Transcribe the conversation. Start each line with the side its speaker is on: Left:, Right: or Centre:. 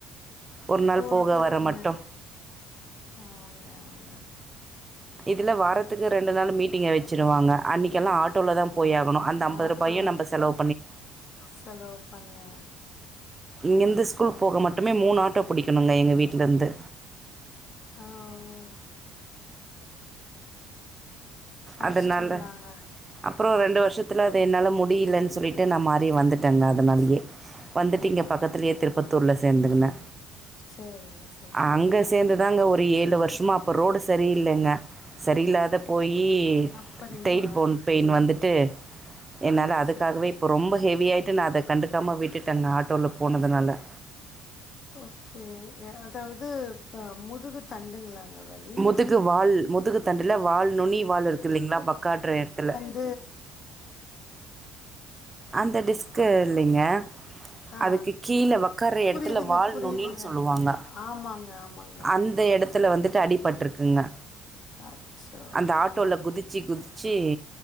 Right: ஒரு நாள்
Left: போறதுக்குங்க
Right: போக வரமட்டும்
Left: ஆங்க ஆங்க
Right: இதுல வாரத்துக்கு ரெண்டு நாள் மீட்டிங்க வச்சுருவாங்க அன்னைக்கெல்லாம் ஆட்டோல்ல தா போய் ஆகனும் அந்த ஐம்பது
Left: ஆட்டோ
Right: ரூபாயும் நம்ம செலவு
Left: <inaudible> செலவு பண்ணியா
Right: இங்கருந்து ஸ்கூல் போக மட்டுமே மூணு ஆட்டோ பிடிக்கணுங்க எங்க வீட்டுல இருந்து
Left: ஆ ஓ ஓ கஷ்டம்தாங்க
Right: அதனால அப்புறம் ரெண்டு வருஷத்துல அது என்னால முடியலன்னு சொல்லிட்டு நான் மாறியே வந்துட்டேங்க அதனாலயே வந்துட்டு இங்க பக்கத்துலேயே திருப்பத்தூர்ல் சேந்துரிந்தே
Left: சேரிங்க சேரி
Right: அங்க சேந்துதாங்க ஒரு ஏழு வருஷமா அப்ப ரோடு சரியில்லைங்க சரியில்லாத போயி <unintelligible>
Left: அப்படிங்களா
Right: டெயில் போன் பெயின் வந்துட்டு
Left: அச்சா
Right: என்னால அதுக்காகவே போ ரொம்ப ஹெவியாட்டு நா அதை கண்டுக்காம விட்டுட்டேங்க ஆட்டோவில் போனதுனால
Left: ஓகே அதாவது இப்போ முதுகு தண்டுங்களாங்க வலி
Right: முதுகு வால் முதுகு தண்டில வால் நுனி வால் இருக்கு இல்லைங்களா பக்கவாட்டுற இடத்துல
Left: ம்
Right: அந்த டிஸ்க்கு இல்லைங்க
Left: ஆ
Right: அதுக்கு கீழே உட்கார
Left: புரியுதுங்க
Right: எடத்துல வால்
Left: புரியுதுங்க
Right: நுனின்னு சொல்வாங்க
Left: ஆ- ஆமாங்க ஆமாங்க
Right: அந்த இடத்து இடத்துல வந்துட்டு அடிபட்டுருக்குங்க
Left: அச்சோ
Right: அந்த ஆட்டோல
Left: ஆ
Right: குதிச்சு குதிச்சு